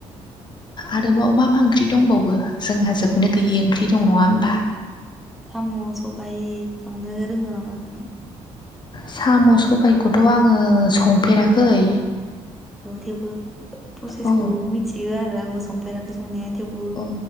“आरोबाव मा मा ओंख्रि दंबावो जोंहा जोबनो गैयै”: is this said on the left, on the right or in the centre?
Left